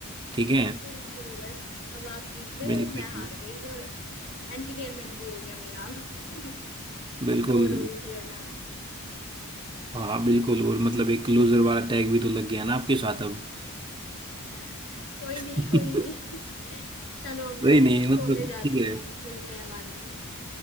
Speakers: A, on the right; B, on the left.
A: ठीक है
B: बिल्कुल बस अब आप जीत गए
A: बिल्कुल
B: और मैं हार गई और एंटरटेनमेंट भी हो गया मेरा अब <laughs>
A: बिल्कुल
B: बोर हो रही थी वरना मैं
A: हाँ बिल्कुल और मतलब एक क्लोजर वाला टैग भी तो लग गया ना आपके साथ अब
B: हाँ, कोई नहीं
A: <laughs>
B: कोई नहीं <laughs> चलो मैं
A: नहीं नहीं
B: सोने
A: मतलब
B: जाती
A: ठीक
B: हूँ
A: है
B: मिलते हैं बाद में